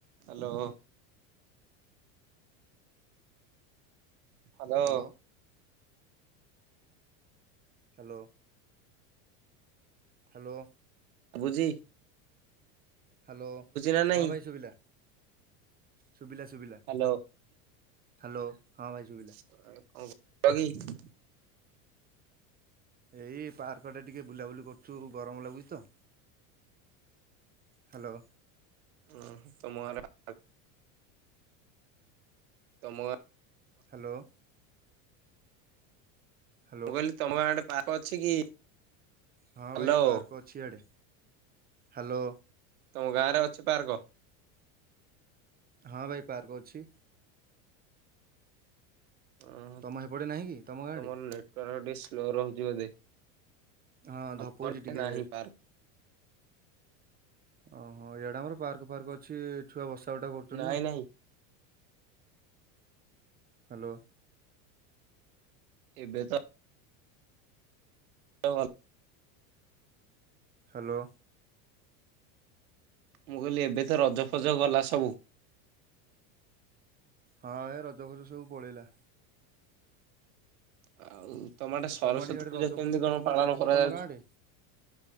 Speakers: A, on the right; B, on the right.
A: Hello. Hello.
B: Hello hello, hello.
A: ବୁଝି
B: hello,
A: ନା ନାଇଁ
B: ହଁ ଭାଇ ଶୁଭିଲା, ଶୁବିଲା ଶୁବିଲା।
A: ହାଲୋ।
B: ହାଲୋ- ହଁ ଭାଇ ଶୁବିଲା।
A: <unintelligible>
B: ଏଇ ପାର୍କ ଆଡେ ଟିକେ ବୁଲାବୁଲି କରୁଚୁ ଗରମ ଲାଗୁଚି ତ। ହାଲୋ।
A: ହୁଁ- <unintelligible> ତମ ଗାଁ
B: ହାଲୋ। ହ୍ୟାଲୋ
A: ମୁଁ କହିଲି ତମ ଗାଁ ଆଡେ ପାର୍କ ଅଛି କି?
B: ହଁ
A: ହ୍ୟାଲୋ
B: ଭାଇ ପାର୍କ ଅଛି ଇଆଡେ- ହାଲୋ।
A: ତମ ଗାଁ ରେ ଅଛି ପାର୍କ?
B: ହଁ ଭାଇ ପାର୍କ ଅଛି।
A: ଓ ହ
B: ତମ
A: ତମର
B: ହେପଟେ ନାହିଁ କି ତମ ଗାଁ ଆଡେ
A: ନେଟୱାର୍କ ଟିକେ ସ୍ଲୋ ରହୁଚି ବୋଧେ?
B: ହଁ
A: ଆମ
B: ଧପଉଚି
A: ଆଡେ
B: ଟିକେ
A: ନାହିଁ ପାର୍କ।
B: ଓହୋ ଇଆଡେ ଆମର ପାର୍କ ଫାର୍କ ଅଛି ଛୁଆ ବସା ଉଠା କରୁଚନ୍ତି
A: ନାଇଁ
B: ନା।
A: ନାଇଁ
B: ହାଲୋ।
A: ଏବେ ତ <inaudible>
B: ହାଲୋ।
A: ମୁଁ କହିଲି ଏବେ ତ ରଜ ଫଜ ଗଲା ସବୁ।
B: ହଁ ଏ ରଜ ଫଜ ସବୁ ପଳେଇଲା।
A: ଆଉ ତମ
B: ଆଉ
A: ସରସ୍ଵତୀ
B: ତମ ଆଡେ ରଜ
A: ପୂଜା
B: ଫଜ କେମିତି କଣ
A: ପାଳନ
B: କରୁଥିଲ
A: କରାଯାଉଛି?
B: ତମ ଗାଁ ଆଡେ?